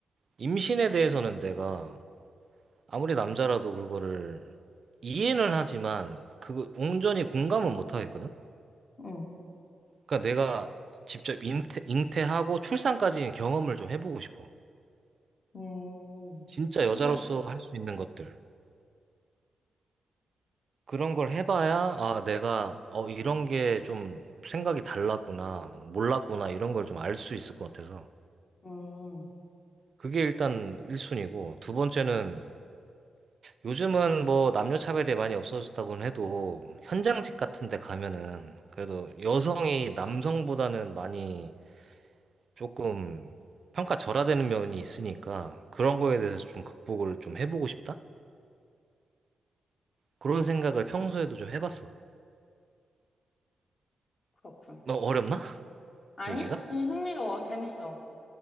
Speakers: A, on the right (about 55°); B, on the left (about 50°).
A: 임신에 대해서는 내가 아무리 남자라도 그거를 이해는 하지만, 그거 온전히 공감은 못하겠거든?
B: 응,
A: 그러니까 내가 직접 잉태, 잉태하고 출산까지 경험을 좀 해보고 싶어.
B: 음,
A: 진짜 여자로서
B: 흥미롭군.
A: 할 수 있는 것들. 그런 걸 해봐야, 아, 내가, 어, 이런 게 좀 생각이 달랐구나, 몰랐구나, 이런 걸 좀 알 수 있을 것 같아서.
B: 음,
A: 그게 일단 1순위고, 두 번째는, 요즘은 뭐 남녀 차별이 많이 없어졌다고는 해도, 현장직 같은 데 가면은, 그래도 여성이 남성보다는 많이 조금 평가 절하되는 면이 있으니까, 그런 거에 대해서 좀 극복을 좀 해보고 싶다? 그런 생각을 평소에도 좀 해봤어.
B: 그렇군.
A: 너 어렵나? <laughs>
B: 아니?
A: 얘기가?
B: 이 흥미로워. 재밌어.